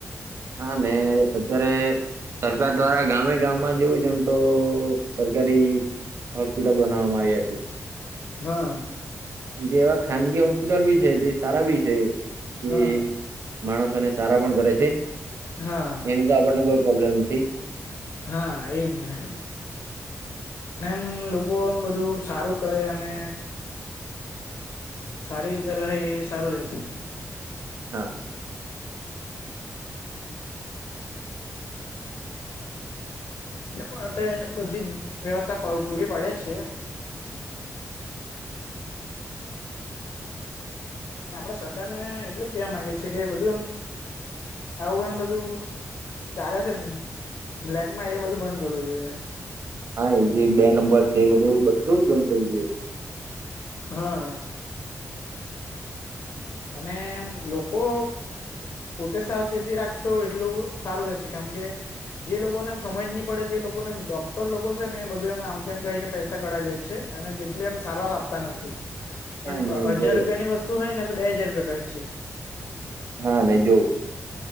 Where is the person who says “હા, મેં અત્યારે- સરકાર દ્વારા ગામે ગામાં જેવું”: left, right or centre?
Right